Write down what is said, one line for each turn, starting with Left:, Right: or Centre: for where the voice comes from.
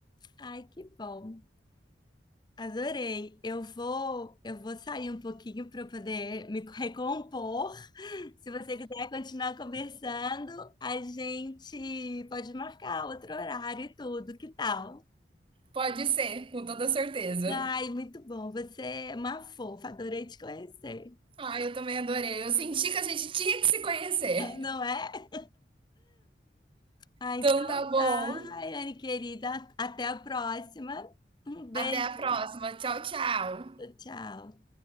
Left: Ai, que bom. Adorei. Eu vou, eu vou sair um pouquinho para poder me <laughs> recompor. Se você quiser continuar conversando, a gente pode marcar outro horário e tudo. Que tal?
Right: Pode ser, com toda certeza.
Left: Ai, muito bom. Você é uma fofa. Adorei te conhecer.
Right: Ah, eu também adorei. Eu senti que a gente tinha que se conhecer.
Left: Não é? Ah,
Right: Então
Left: então
Right: tá bom.
Left: tá, Raiane querida. Até a próxima. Um beijo.
Right: Até a próxima. Tchau, tchau.
Left: Tchau.